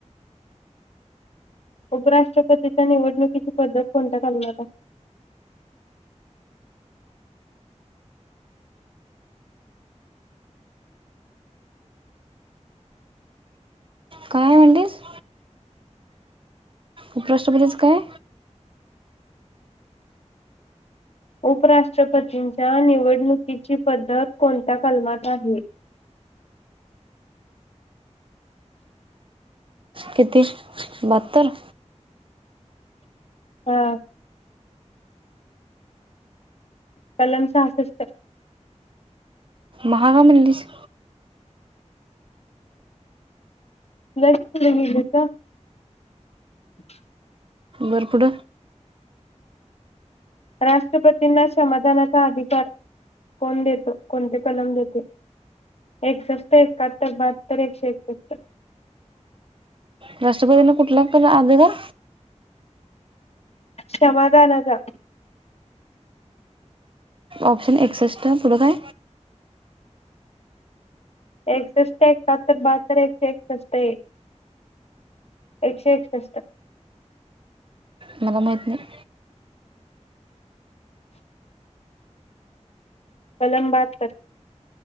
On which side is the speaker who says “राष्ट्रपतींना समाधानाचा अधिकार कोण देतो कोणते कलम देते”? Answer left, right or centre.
Left